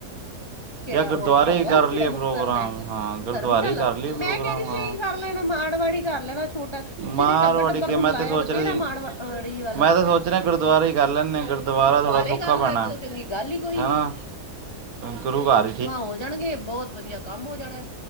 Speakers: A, on the left; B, on the right.
A: ਕਿਹੜਾ
B: ਜਾਂ ਗੁਰਦੁਆਰੇ
A: ਉਹ
B: ਹੀ ਕਰ
A: ਹਲ ਹੈ
B: ਲਈਏ
A: ਜਿਹੜੇ ਬੁੱਕਰ
B: ਪ੍ਰੋਗਰਾਮ
A: ਨੇ
B: ਹਾਂ ਗੁਰਦੁਆਰੇ
A: ਧਰਮਸ਼ਾਲਾ
B: ਹੀ ਕਰ ਲਈਏ
A: ਮੈਂ
B: ਪ੍ਰੋਗਰਾਮ
A: ਕਹਿ ਰਹੀ
B: ਹਾਂ
A: ਏਹੀ ਕਰ ਲੈਣਾ ਮਾੜਵਾੜੀ ਕਰ ਲੈਣਾ ਛੋਟਾ ਤੁਸੀਂ
B: ਮਾਰਵਾੜੀ
A: ਤੇ ਟੱਬਰ-ਟੱਬਰ
B: ਕੇ
A: ਨੂੰ ਬੁਲਾਇਆ
B: ਮੈਂ ਤੇ ਸੋਚ
A: ਬਥੇਰਾ
B: ਰਿਹਾ ਸੀ
A: ਮਾੜਵੜੀ ਵਾਲਾ।
B: ਮੈਂ ਤਾਂ ਸੋਚ ਰਿਹਾ ਗੁਰਦੁਆਰਾ ਹੀ ਕਰ ਲੈਂਦੇ ਹਾਂ ਗੁਰਦੁਆਰਾ
A: ਗੁਰਦੁਆਰੇ
B: ਥੋੜ੍ਹਾ ਸੌਖਾ
A: ਕਰ
B: ਪੈਣਾ
A: ਲੋ ਇਸ ਤੋਂ
B: ਹੈ
A: ਚੰਗੀ ਗੱਲ ਹੀ ਕੋਈ ਨੀ।
B: ਨਾ ਗੁਰੂ ਘਾਰ
A: ਹੋ ਜਾਣਗੇ ਬਹੁਤ ਵਧੀਆ ਕੰਮ ਹੋ ਜਾਣਾ।